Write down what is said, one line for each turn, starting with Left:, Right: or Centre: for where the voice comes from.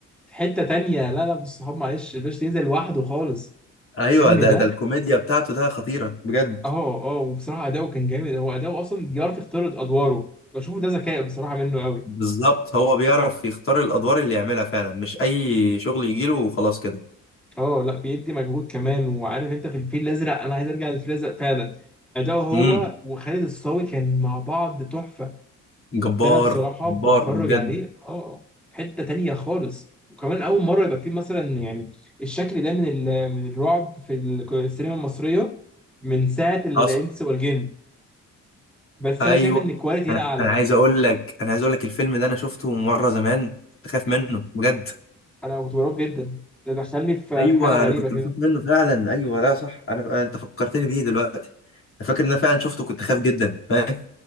Centre: في حتة تانية لا لا بالصحاب معلش الباشا تنزل لوحده خالص
Left: ايوه
Centre: الفيلم
Left: ده
Centre: ده
Left: ده الكوميديا بتاعته ده خطيره بجد
Centre: اه اه وبصراحة أداؤه كان جامد هو أداؤه أصلا بيعرف يختار أدواره بشوفه ده ذكاء بصراحة منه قوي
Left: بالظبط هو بيعرف يختار الادوار اللي يعملها فعلا مش اي شغل يجيله وخلاص كده
Centre: اه لا بيدي مجهود كمان وعارف أنت في الفيل الأزرق أنا عايز أرجع للفيل الأزرق فعلا أداؤه هو
Left: امم
Centre: وخالد الصاوي كان مع بعض تحفة
Left: جبار
Centre: كنت انا بصراحه
Left: جبار
Centre: بتفرج
Left: بجد
Centre: عليه اه في حته تانية خالص وكمان اول مره يبقى فيه مثلا يعني الشكل ده من ال... من الرعب في ال- السينما المصريه من ساعه الانس
Left: حصل
Centre: والجن بس
Left: ايوه
Centre: انا شايف ان الكواليتي
Left: انا
Centre: هنا اعلى
Left: انا
Centre: بقى
Left: عايز اقول لك انا عايز اقول لك الفيلم ده انا شفته مره زمان كنت خايف منه بجد
Centre: انا كنت مرعوب جدا ده دخلني في
Left: ايوه
Centre: في حاله غريبه
Left: انا كنت
Centre: كده
Left: بخاف منه فعلا ايوه لا صح انا انت فكرتني بيه دلوقتي انا فاكر ان انا فعلا شفته كنت خايف جدا فاهم